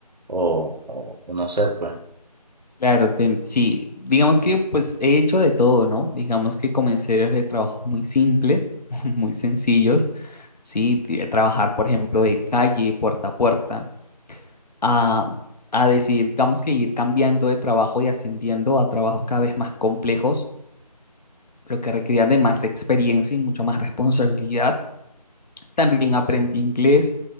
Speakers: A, on the right (about 85°); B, on the left (about 75°).
A: o, o o no sé, pues?
B: Claro, ten- sí, digamos que pues he hecho de todo, ¿no? Digamos que comencé desde trabajos muy simples, <laughs> muy sencillos, ¿sí? De Trabajar, por ejemplo, de calle, puerta a puerta, a, a decidir, digamos que ir cambiando de trabajo y ascendiendo a trabajos cada vez más complejos, pero que requerían de más experiencia y mucha más responsabilidad. También aprendí inglés,